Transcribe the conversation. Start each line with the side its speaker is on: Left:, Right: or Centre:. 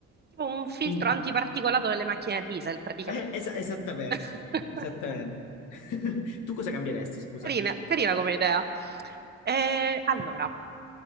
Right: Tipo un filtro
Left: Quindi,
Right: antiparticolato nelle macchine a diesel, praticamente.
Left: <laughs> eh, esa- esattamente,
Right: <laughs>
Left: esattamente. <laughs> Tu cosa cambieresti, scusa?
Right: Carina, carina come idea. Eh, allora,